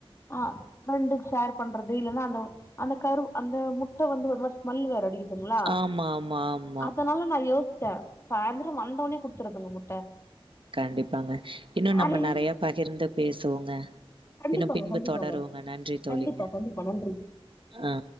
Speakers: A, on the left; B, on the right.
A: அ ஃப்ரெண்டுக் ஷேர் பண்றது இல்லன்னா அந்த அந்த கருவு அந்த முட்ட வந்து ஒரு மாரி ஸ்மெல் வேற அடிக்குது ங்ளா
B: ஆமா ஆமா ஆமா
A: அதனால நா யோஸ்ச்ச சாய்ந்தரோ வந்தோன்னே குடுத்துருதுங் முட்ட
B: கண்டிப்பாங்க இன்னு
A: காலையில
B: நம்ம நெறைய பகிர்ந்து பேசுவோங்க
A: கண்டிப்பாங்க
B: இன்னு பின்பு
A: கண்டிப்பாங்க
B: தொடர்வோங்க நன்றி தோழிங்க
A: கண்டிப்பா கண்டிப்பா நன்றி
B: ஆ